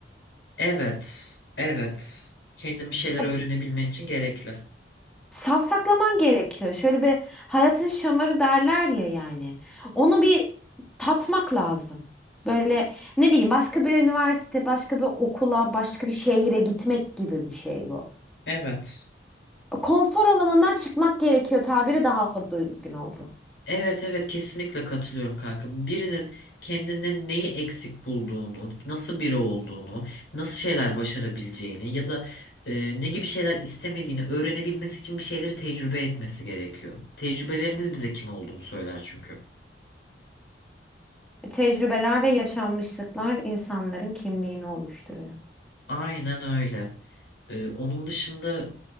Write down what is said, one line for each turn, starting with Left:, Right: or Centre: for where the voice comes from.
Left: Evet, evet. Kendin bir şeyler
Centre: E,
Left: öğrenebilmen için gerekli.
Centre: Savsaklaman gerekiyor. Şöyle bir hayatın şamarı derler ya yani. Onu bir tatmak lazım. Böyle ne bileyim başka bir üniversite, başka bir okula, başka bir şehire gitmek gibi bir şey bu.
Left: Evet.
Centre: Konfor alanından çıkmak gerekiyor tabiri daha düzgün oldu.
Left: Evet evet kesinlikle katılıyorum kanka. Birinin kendinde neyi eksik bulduğunu, nasıl biri olduğunu, nasıl şeyler başarabileceğini ya da e, ne gibi şeyler istemediğini öğrenebilmesi için bir şeyleri tecrübe etmesi gerekiyor. Tecrübelerimiz bize kim olduğunu söyler çünkü.
Centre: Tecrübeler ve yaşanmışlıklar insanların kimliğini oluşturuyor.
Left: Aynen öyle. E, onun dışında